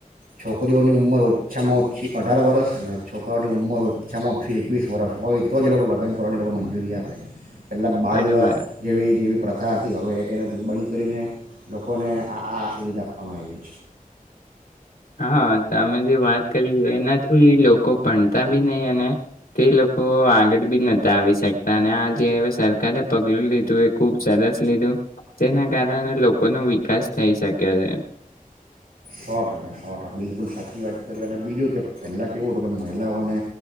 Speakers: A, on the right; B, on the left.
A: છોક છોકરીઓની ઉંમર ઓછામાં ઓછી અઢાર વર્ષ અને છોકરાઓની ઉંમર ઓછામાં ઓછી એકવીસ વર્ષ હોય તો જ લોકો લગ્ન કરવાની લોકો મંજૂરી આપે. પહેલાં બહાર
B: બરાબર
A: વિવાહ જેવી જેવી પ્રથા હતી હવે એનાથી બંધ કરીને લોકોને આ આ સુવિધા આપવામાં આવી છે.
B: હા અમે જે વાત કરી એનાથી લોકો ભણતા બી નહી અને તે લોકો આગળ બી નતા આવી શકતા અને આ જે સરકારે પગલું લીધું એ ખુબ સરસ લીધું જેના કારણે લોકોનોો વિકાસ થઈ શકે્યો છે
A: સો ટકા સો ટકા બિલકુલ સાચી વાત કરી અને બીજું કે પહેલાં કે એવું હતું કે મહિલાઓને